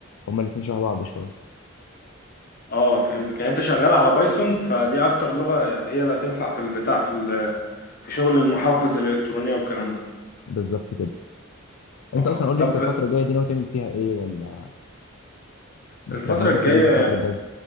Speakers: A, on the left; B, on the left.
A: هما الاثنين شبه بعض شويه
B: اه فهمتك يعني انت شغال على بايثون فدي اكتر لغه هي اللي هتنفع في البتاع في ال- في شغل المحافظ الالكترونيه والكلام ده
A: بالظبط كده
B: اه
A: انت اصلا قول لي
B: طب
A: انت الفتره الجايه دي ناوي تعمل فيها ايه ولا
B: الفتره
A: بتر- مرتب
B: الجايه
A: ايه الفتره الجايه